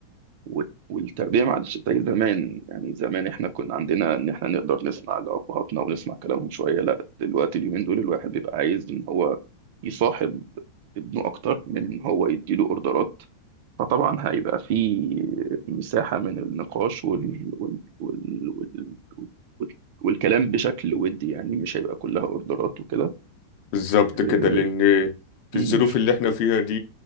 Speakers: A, on the right; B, on the left.
A: وال- والتربيه ما عادش زي زمان يعني زمان احنا كنا عندنا ان احنا نقدر نسمع لابهاتنا ونسمع كلامهم شويه لا دلوقتي اليومين دول الواحد بيبقى عايز ان هو يصاحب ابنه اكتر من ان هو يديله اوردرات فطبعا هيبقى في مساحه من النقاش وال... وال... وال... وال... وال... والكلام بشكل ودي يعني مش هيبقى كلها اوردرات وكده
B: بالظبط
A: أه...
B: كده لان في
A: مم،
B: الظروف اللي احنا فيها دي